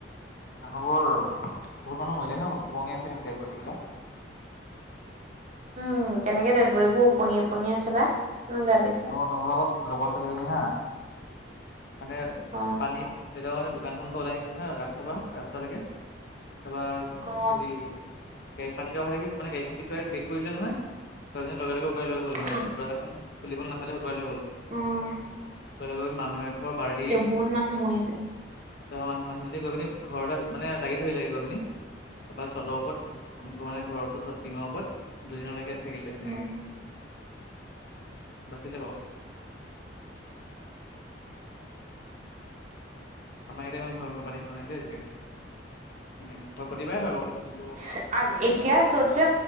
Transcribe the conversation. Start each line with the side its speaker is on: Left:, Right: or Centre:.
Left: মানুহবোৰ বহুত মানুহ মৰিলে ন, ওপঙি আছে ডেদবদি বিলাক।
Right: উম কেনেকে দেদবদীবোৰ ওপঙি ওপঙি আছে বা ইমান বেয়া লাগিছে।
Left: তোমালোকৰ লগৰ ছোৱালী এজনী হা। মানে
Right: অ
Left: পানীত তেকেতাতে মানে দোকান খনৰ পৰা ওলাই আহিছে। নহয় ৰাস্তাৰ পৰা ৰাস্তালৈকে, তাৰপা
Right: অ
Left: হেৰি গাডী পানী অহা দেখি মানে গড়ীখন পিছুৱাই ব্ৰেক কৰিলে নহয়, ছোৱালি জনি লগে লগে উতাই লৈ গল মানে
Right: অ
Left: দৰ্জা খন খুলিব নাপালে উটুৱাই লৈ গ'ল।
Right: অঁ।
Left: তাৰ লগত মানুহ এঘৰ বাৰী
Right: বহুত
Left: তাপা
Right: মানুহ মৰিছে
Left: মানুহ জনী গৈ পিনি ঘৰ এটাত মানে লাগি ধৰিব লাগে গৈ পিনি। তাৰপৰা চটৰ ওপৰত মানে ঘৰতো চ টিঙৰ ওপৰত দুদিনলৈকে থাকিলে এনেকেই।
Right: উম
Left: বাছিলে বাও। আমাৰ ইয়াতে ইমান ভয়ংকৰ পানী হোৱা নাই দেই আজিলৈকে সেনেকে হয় প্ৰতিবাৰে হয় বাৰু। কিন্তু
Right: ছে আ এতিয়া
Left: ইমান
Right: য'ত যে